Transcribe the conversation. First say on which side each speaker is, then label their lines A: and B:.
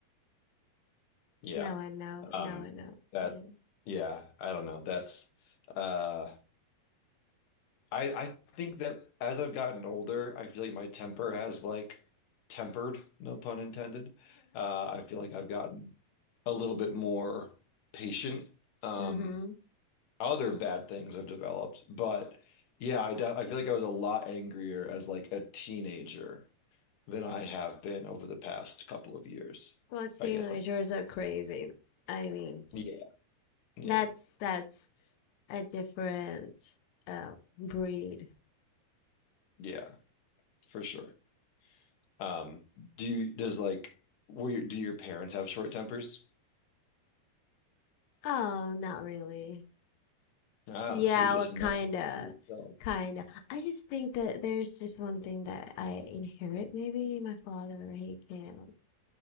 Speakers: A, on the left; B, on the left.
A: Yeah.
B: now I know,
A: Um,
B: now I know.
A: that,
B: Yeah.
A: yeah, I don't know. That's, uh, I, I think that as I've gotten older, I feel like my temper has like tempered, no pun intended. Uh, I feel like I've gotten a little bit more patient. Um,
B: <laughs> Mm-hmm.
A: other bad things have developed, but yeah, I, de- I feel like I was a lot angrier as like a teenager. than I have been over the past couple of years.
B: Well, teenagers
A: I guess like
B: are crazy. I mean,
A: yeah, yeah,
B: that's that's a different uh breed.
A: yeah, for sure. Um, do you does like were your- do your parents have short tempers?
B: Oh, not really.
A: Oh,
B: Yeah,
A: so you just
B: well, kinda,
A: invented it for yourself.
B: kinda. I just think that there's just one thing that I inherit. Maybe my father, he can't.